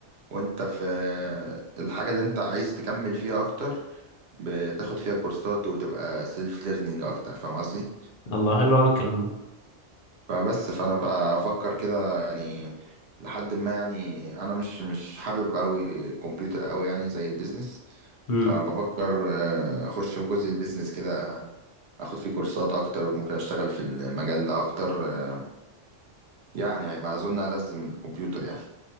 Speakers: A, on the right; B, on the left.
A: وأنت في آه، الحاجة اللي أنت عايز تكمل فيها أكتر بتاخد فيها كورسات وتبقى سيلف ليرنينج أكتر فاهم قصدي؟
B: الله حلو أوي الكلام
A: فبس فانا بفكر كده يعني لحد ما يعني انا مش مش حابب قوي الكمبيوتر قوي يعني زي البيزنس
B: ده
A: فبفكر آه، اخش في جزء البيزنس كده اخد فيه كورسات اكتر ممكن اشتغل في المجال ده اكتر آه، يعني هيبقى اظن ألزم الكمبيوتر يعني